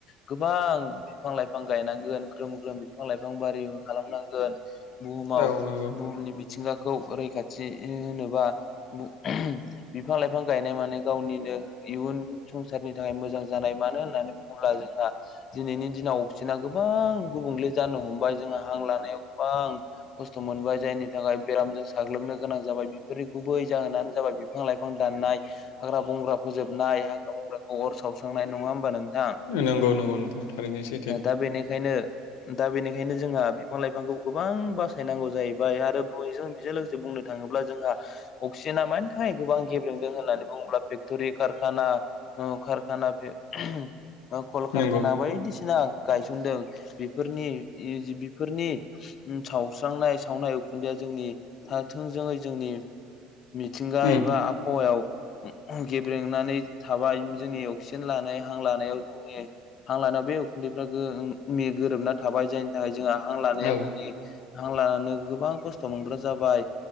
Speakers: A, on the left (about 50°); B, on the left (about 85°).
A: गोबां बिफां लाइफां गायनांगोन ग्रोम ग्रोम बिफां लाइफां बिबार बारि खालामनांगोन बुहुमाव
B: औ नंगौ
A: बुहुमनि मिथिंगाखौ रैखाथि होनोबा बिफां लाइफां गायनाय माने गावनिनो इयुन संसारनि थाखाय मोजां जानाय मानो होननानै बुङोब्ला जोंहा दिनैनि दिनाव बांसिना गोबां गुबुंले जानो हमबाय जोंङहा हां लानायाव गोबां खस्थ' मोनबाय जायनि थाखाय बेरामजों साग्लोबनो गोनां जाबाय बेफोरनि गुबै जाहोनानो जाबाय बिफां लाइफां दाननाय हाग्रा बंग्रा फोजोबनाय हाग्रा बंग्रा अर सावस्रांनाय नङा होमबा नोंथां
B: नंगौ नंगौ नोंथां थारैनो सैथो
A: दा बेनिखायनो दा बेनिखायनो जोंहा बिफां लाइफांखौ गोबां बासायनांगौ जाहैबाय आरो बयजों बेजों लोगोसे बुंनो थाङो थाङोब्ला जोंहा अक्सिजेना मोन गोबां गेब्लेंदों होननानै बुङोब्ला फेक्ट'रि कारखाना खारखाना फेगटरि कलकारखाना
B: नंगौ
A: बायदिसिना गायसनदों बेफोरनि बेफोरनि सावस्रांनाय सावनाय उखुन्दैया जोंनि थाथोंजोङै जोंनि मिथिंगा
B: उम
A: एबा आबहावायाव गेब्रेंनानै थाबाय जोंनि अक्सिजेन लानाय हां लानायाव जोंनि हां लानायाव बे उखुन्दैफ्रा गोरोबना थाबाय जायनि थाखाय जोंहा हां लानायाव
B: औ
A: जोंनि हां लानानै गोबां खस्थ' मोनग्रा जाबाय